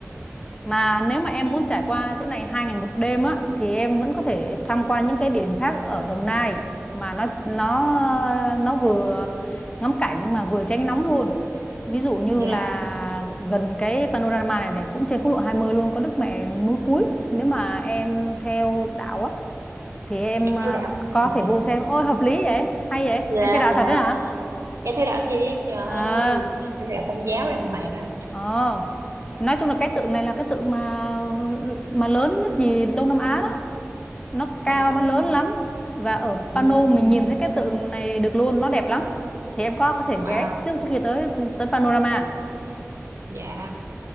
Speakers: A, on the left; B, on the right.
A: mà nếu mà em muốn trải qua chỗ này hai ngày một đêm á thì em vẫn có thể tham quan những cái địa điểm khác ở Đồng Nai mà nó nó nó vừa ngắm cảnh mà vừa tránh nóng luôn. Ví dụ như
B: dạ
A: là gần cái panorama này này cũng trên quốc lộ 20 luôn có Đức Mẹ núi Cúi. Nếu mà em theo đạo á thì em
B: em
A: à,
B: theo đạo
A: có
B: <laughs>
A: thể vô xem. Ôi hợp lý vậy, hay vậy.
B: dạ
A: Em theo đạo
B: dạ
A: thật đấy hả?
B: em theo đạo thiệt trời
A: À,
B: ơi em theo đạo công giáo đàng hoàng đó
A: ờ. Nói chung là cái tượng này là cái tượng mà mà lớn nhất gì Đông Nam Á đó nó
B: wow
A: cao nó lớn lắm và ở
B: ừ
A: Pano mình nhìn thấy cái tượng này được luôn nó đẹp lắm thì em có có thể
B: wow
A: ghé trước trước khi tới tới Panorama
B: dạ